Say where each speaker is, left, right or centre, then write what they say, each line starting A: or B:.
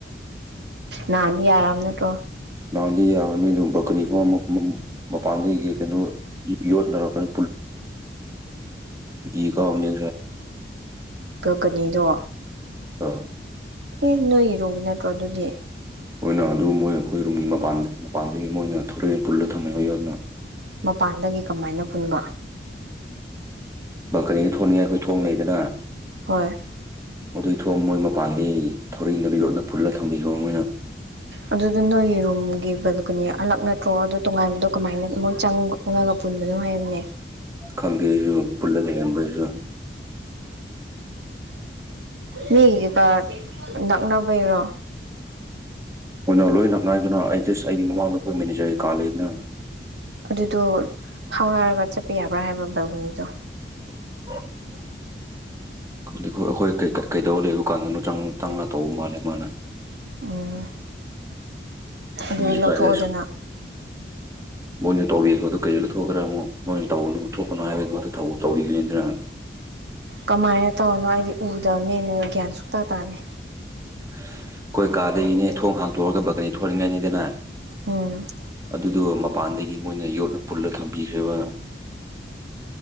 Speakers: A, on the right (about 80°); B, on the right (about 15°).
A: ꯍꯥꯟꯗꯤ ꯌꯥꯔꯝ ꯅꯠꯇ꯭ꯔꯣ
B: ꯅꯍꯥꯟꯗꯤ ꯌꯥꯕꯥꯅꯤ ꯑꯗꯨ ꯚꯀꯅꯤꯐꯥꯎ ꯑꯃꯛ ꯃꯄꯥꯟꯗꯒꯤ ꯀꯩꯅꯣ ꯌꯣꯠꯅꯔꯛꯀꯅꯤ ꯏ ꯀꯥꯕꯅꯦ
A: ꯀꯜꯀꯅꯤꯗꯣ
B: ꯑꯥ
A: ꯑꯦ ꯅꯣꯏ ꯔꯣꯝꯒꯤ ꯅꯠꯇ꯭ꯔꯣ ꯑꯗꯨꯗꯤ
B: ꯃ ꯑꯣꯏꯅ ꯑꯗꯨ ꯃꯣꯏ ꯑꯩꯈꯣꯏ ꯔꯨꯝꯒꯤ ꯃꯄꯥꯟ ꯃꯄꯥꯟꯗꯒꯤ ꯃꯣꯏꯅ ꯊꯂꯛꯑꯦ ꯄꯨꯜꯂ ꯊꯝꯃꯦ ꯑꯩꯣꯟꯅ
A: ꯃꯄꯥꯟꯗꯒꯤ ꯀꯃꯥꯏꯅ ꯄꯨꯟꯕ
B: ꯕꯪꯀꯅꯤꯗ ꯊꯣꯡꯅꯤꯡꯉꯥꯏ ꯑꯩꯈꯣꯏ ꯊꯣꯡꯅꯩꯗꯅ
A: ꯍꯣꯏ
B: ꯑꯗꯨꯏ ꯊꯣꯡ ꯃꯣꯏ ꯃꯄꯥꯟꯗꯒꯤ ꯊꯧꯔꯤꯅꯥ ꯌꯣꯠꯅ ꯄꯨꯜꯂꯥꯒꯥ ꯊꯝꯕꯤꯕꯥ ꯃꯣꯏꯅ
A: ꯑꯗꯨꯗ ꯅꯣꯏ ꯔꯨꯝꯒꯤ ꯕꯦꯜꯀꯣꯅꯤ ꯑꯂꯛ ꯅꯠꯇ꯭ꯔꯣ ꯑꯗꯨꯗꯣ ꯇꯣꯉꯥꯟꯕꯗꯣ ꯀꯃꯥꯏꯅ ꯃꯣꯏ ꯆꯪꯕ ꯎꯉꯥꯡ ꯑ ꯄꯨꯟꯕ ꯑꯗꯨꯝ ꯍꯥꯏꯔꯝꯅꯦ
B: ꯈꯪꯗꯦ ꯑꯩꯁꯨ ꯄꯨꯜꯂ ꯂꯩꯔꯝꯕꯗꯨꯗꯥ
A: ꯃꯤꯒꯤ ꯀꯥ ꯅꯛꯅꯕꯩꯔꯣ
B: ꯃꯅ ꯂꯣꯏ ꯂꯛꯅꯏꯗꯨꯅ ꯑꯩ ꯁ ꯑꯩꯒꯤ ꯃꯃꯥꯡꯗ ꯑꯩꯈꯣꯏ ꯃꯦꯅꯦꯖꯔꯒꯤ ꯀꯥ ꯂꯩꯗꯅ
A: ꯑꯗꯨꯗꯣ ꯐꯥꯎꯅꯔꯒ ꯆꯠꯄ ꯌꯥꯕ꯭ꯔꯥ ꯍꯥꯏꯕ ꯕꯒꯨꯅꯤꯗꯣ
B: <unintelligible> ꯑꯩꯈꯣꯏ ꯀꯩꯗꯧꯕ ꯂꯩꯕ ꯀꯥꯟꯗꯅꯣ ꯆꯪ ꯆꯪꯅ ꯇꯧꯕ ꯃꯥꯜꯂꯦ ꯃꯥꯅ
A: ꯎꯝ ꯑꯗꯨꯗꯤ
B: ꯏꯁꯦ
A: ꯂꯧꯊꯣꯛꯑꯗꯅ
B: ꯀꯥꯏꯗ ꯃꯣꯏꯅ ꯇꯧꯕꯤꯗꯨ ꯀꯩ ꯂꯧꯊꯣꯛꯈ꯭ꯔꯥ ꯑꯃꯨꯛ ꯃꯣꯏꯅ ꯇꯧꯅꯨ ꯊꯣꯛꯀꯅꯨ ꯍꯥꯏꯕꯗꯨꯃ ꯇꯧꯕꯤꯒꯅꯤꯗꯅ
A: ꯀꯃꯥꯏꯅ ꯇꯧꯔꯤꯅꯣ ꯑꯩꯗꯤ ꯎꯗꯕꯅꯦꯅꯣꯏ ꯒ꯭ꯌꯥꯟ ꯁꯨꯛꯇꯇꯥ ꯇꯥꯅꯤ
B: ꯑꯩꯈꯣꯏ ꯀꯥꯗꯩꯅꯦ ꯊꯣꯡ ꯍꯥꯡꯇꯣꯛꯑꯒ ꯕꯛꯀꯅꯤ ꯊꯣꯔꯤꯉꯩꯅꯤꯗꯅ
A: ꯎꯝ
B: ꯑꯗꯨꯗꯨ ꯃꯄꯥꯟꯗꯒꯤ ꯃꯣꯏꯅ ꯌꯣꯠꯅ ꯄꯨꯜꯂ ꯊꯝꯕꯤꯈ꯭ꯔꯕ